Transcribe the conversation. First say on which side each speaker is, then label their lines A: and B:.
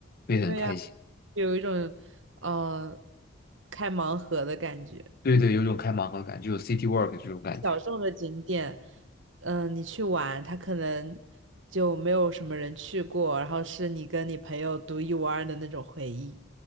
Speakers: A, on the left; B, on the right.
A: 会很开心。
B: 对呀，有一种呃开盲盒的感觉。
A: 对对，有种开盲盒感，就有 city walk 这种感觉。
B: 小众的景点，嗯、你去玩，它可能就没有什么人去过，然后是你跟你朋友独一无二的那种回忆。